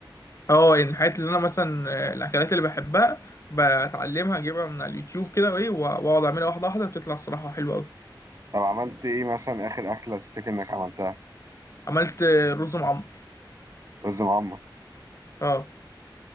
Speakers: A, on the left (about 40°); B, on the right (about 40°).
A: اه يعني الحاجات اللي انا مثلا آه، الاكلات اللي بحبها بتعلمها اجيبها من على اليوتيوب كده وايه واقعد اعملها واحدة واحدة بتطلع الصراحة حلوة قوي
B: طب عملت ايه مثلا اخر اكله تفتكر انك عملتها
A: عملت آه، رز معمر
B: رز معمر
A: اه